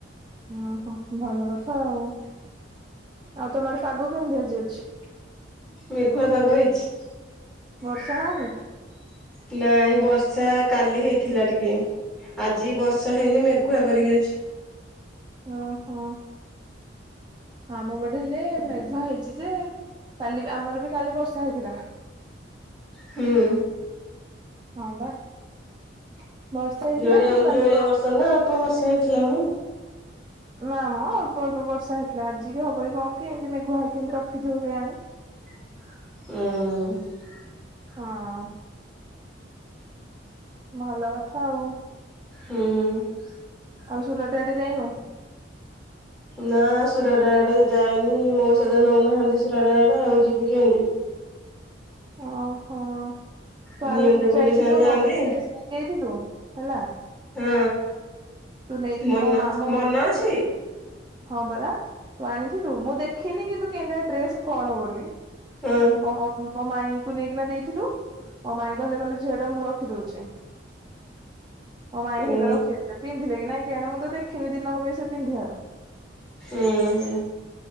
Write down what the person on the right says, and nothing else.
ଓହୋ ଭଲ କଥା ଆଉ ଆଉ ତମ ଆଡେ ପାଗ କେମିତି ଆଜି ଅଛି।
ବର୍ଷା ହଉନି?
ଓହୋ ଆମ ପଟେ ହେଲେ ମେଘୁଆ ହେଇଛି ଯେ କାଲି ବି ଆମର ବି କାଲି ବର୍ଷା ହେଇଥିଲା।
ହଁ ବା। <inaudible> ହେଇଥିଲା
କିନ୍ତୁ କାଲି
ଗରମ
ଲାଗୁଥିଲା।
ନା ମ ଅଳ୍ପ ଅଳ୍ପ ବର୍ଷା ହେଇଥିଲା ଆଜି କି ହବ ଏ କଣ କି ଏମିତି ମେଘୁଆ ହେଇ କି ଏମିତି ରଖିଥିବ କେଜାଣି।
ହଁ। ଭଲ କଥା ଆଉ।
ଆଉ ସୁରଟ ଆଡେ ଯାଇନୁ?
ଓ ହୋ। ତୁ
ଆର ବର୍ଷ ଜଉ
ଯାଇଥିଲୁ
ମୋ ପାଇଁ ଡ୍ରେସ କିଣିକି ନେଇଥିଲୁ। ହେଲା।
ତୁ ନେ
ମୋ ମା ମୋ
ହଁ ପରା। ତୁ ଆଣିଥିଲୁ ମୁଁ ଦେଖିନି କିନ୍ତୁ କିନ୍ତିଆ ଡ୍ରେସ କଣ ବୋଲି।
ମୋ ବ ଉଁ ମୋ ମାଇଁଙ୍କୁ ନେଇକିନା ଦେଇଥିଲୁ ମୋ ମାଇଁ କହିଲେ କହିଲେ ଝିଅ ଟା ମୁଁ ରଖିଦଉଛି। ମୋ ମାଇଁ ହେଇଟା
ରଖିଦେଇଥିଲେ ନେଇ କିନା କିଆଣି ମୁଁ ତ ଦେଖିନି ଦିନକ ପାଇଁ ସେ ପିନ୍ଧିବାର।